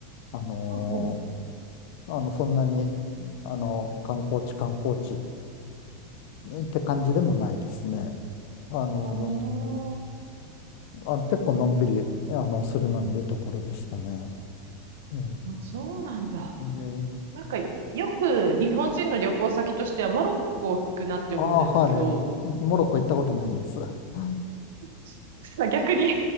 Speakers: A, on the left; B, on the right.
A: あの
B: ほうほ
A: ーあの、そんなに、あの、観光地、観光地って感じでもないですね。あの
B: う。
A: ーあの、結構のんびり、あの、するのにいいところでしたね。うん。
B: ああ、そうなんだ。
A: えー
B: なんか、よく日本人の旅行先としてはモロッコ行くなって思うんですけど、
A: ああ、はい。モロッコ行ったことないんです。え
B: <laughs> 逆に